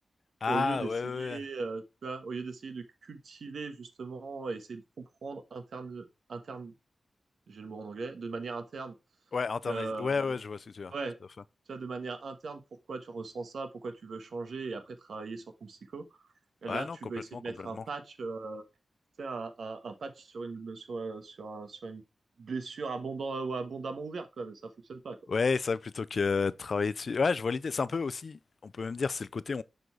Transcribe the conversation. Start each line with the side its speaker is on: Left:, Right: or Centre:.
Left: Ah
Right: Au lieu d'essayer,
Left: ouais ouais ouais
Right: euh, tu vois, au lieu d'essayer de cultiver justement, essayer de comprendre interne, j'ai le mot en anglais, de manière interne.
Left: Ouais, internalis
Right: Euh,
Left: ouais ouais je vois ce que tu veux dire.
Right: ouais, tu
Left: tout à fait.
Right: vois, de manière interne, pourquoi tu ressens ça, pourquoi tu veux changer et après travailler sur ton psycho. Et
Left: Ouais
Right: là,
Left: non
Right: tu
Left: complètement
Right: veux essayer de
Left: complètement.
Right: mettre un patch, euh, tu sais, un, un- un patch sur une, sur, euh, sur, un- sur une blessure abondant, euh, ou abondamment ouverte, quoi, mais ça fonctionne pas, quoi.
Left: Ouais ça plutôt que euh, travailler dessus. Ouais je vois l'idée. C'est un peu aussi on peut même dire c'est le côté